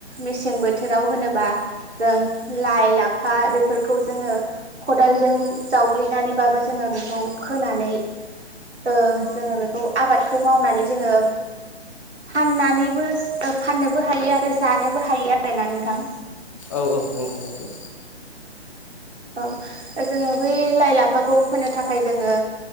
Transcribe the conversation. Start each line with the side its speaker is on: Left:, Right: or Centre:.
Right: मेसें बोथोराव होनोबा जों लाइ लाफा बेफोरखौ जोङो खदालजों जावग्लिनानैबाबो जोङो बेखौ फोनानै ओ जोङो बेखौ आबाद खौ मावनानै जोङो फाननानैबो फाननोबो हायो आरो जानोबो हायो आरोना नोंथां।
Left: औ औ नंगौ नंगौ।
Right: औ जोङो बै लाइ लाफाखौ फोनो थाखाय जोङो